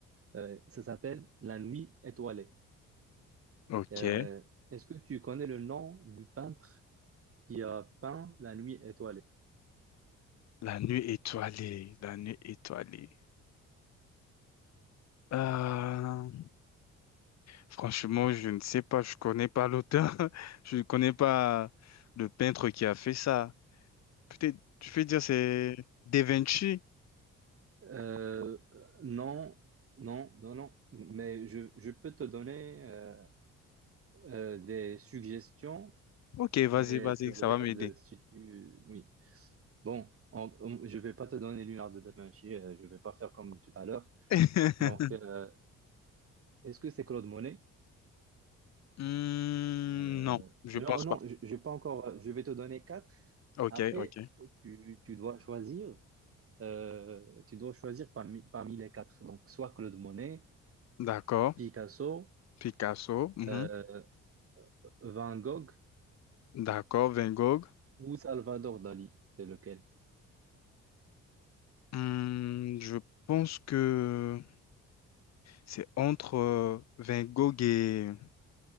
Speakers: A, on the right (about 50°); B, on the left (about 60°).
A: euh, ça s'appelle La Nuit étoilée.
B: Ok,
A: Euh, est-ce que tu connais le nom du peintre qui a peint La Nuit étoilée?
B: la nuit étoilée, la nuit étoilée. Euh, Franchement, je ne sais pas, je connais pas l'auteur, <laughs> je ne connais pas le peintre qui a fait ça. Peut-être, je peux dire c'est Da Vinci.
A: Euh, non, non, non, non. Mais je, je peux te donner euh, euh, des suggestions
B: Ok, vas-y,
A: Et
B: vas-y,
A: tu regardes
B: ça va m'aider.
A: si tu... Oui. Bon, on- on- je vais pas te donner Léonard de Da Vinci, euh, je vais pas faire comme tout à l'heure.
B: <laughs>
A: Donc, euh, est-ce que c'est Claude Monet?
B: Hmm,
A: Euh,
B: non, je
A: non,
B: pense
A: non,
B: pas.
A: je, je vais pas encore... Je vais te donner quatre.
B: Ok,
A: Après,
B: ok.
A: tu, tu dois choisir, euh, tu dois choisir parmi, parmi les quatre. Donc, soit Claude Monet,
B: D'accord.
A: Picasso,
B: Picasso. mhm.
A: euh, Van Gogh
B: D'accord. Van Gogh.
A: ou Salvador Dali. C'est lequel?
B: Hmm, je pense que c'est entre euh, Van Gogh et